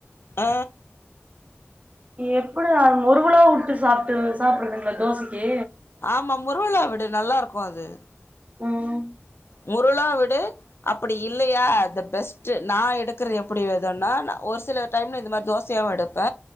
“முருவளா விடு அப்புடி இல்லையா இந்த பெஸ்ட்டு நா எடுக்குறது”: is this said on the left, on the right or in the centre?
Left